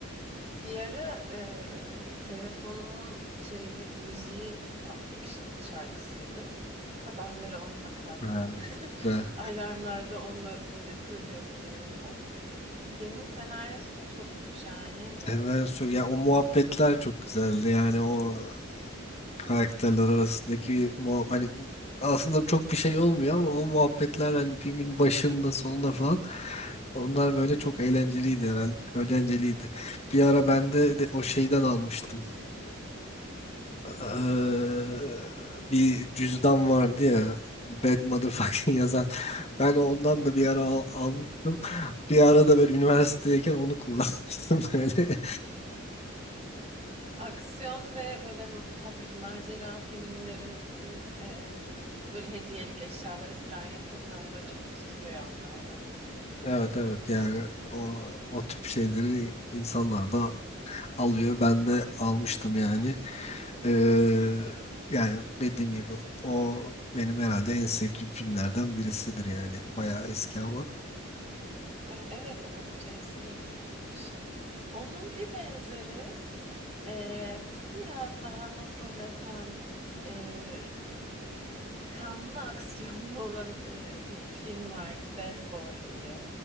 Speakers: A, on the right (about 30°); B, on the left (about 30°).
A: Bir ara eee, telefonumun şeyi müziği Pulp Fiction şarkısıydı. Sabahları onunla kalkıp
B: Ha,
A: <laughs>
B: güzel.
A: alarmlarda onunla böyle fırlıyordum yerinde. Filmin senaryosu da çok şahaneydi.
B: Senler sö- ya o muhabbetler çok güzeldi yani o karakterler arasındaki muha- hani aslında çok bir şey olmuyor ama o muhabbetler hani filmin başında sonunda falan onlar böyle çok eğlenceliydi herhalde eğlenceliydi. Bir ara ben de, de o şeyden almıştım. Eee, bir cüzdan vardı ya Bad Motherfucking <laughs> yazan. Ben ondan da bir ara al- almıştım. Bir ara da böyle üniversitedeyken onu kullanmıştım <laughs> böyle.
A: Aksiyon ve böyle hafif macera filmlerin eee, böyle hediyelik eşyaları falan yapıldığında çok tutuluyor onlarda.
B: Evet evet yani o, o tip şeyleri insanlar da alıyor. Ben de almıştım yani. Eee, yani dediğim gibi o benim herhalde en sevdiğim filmlerden birisidir yani. Bayağı eski ama.
A: E, Evet, oldukça eski Pulp Fiction. Onun bir benzeri e, biraz daha nasıl desem e, kanlı aksiyonlu <laughs> olan e, bir film vardı Bad Boy diye.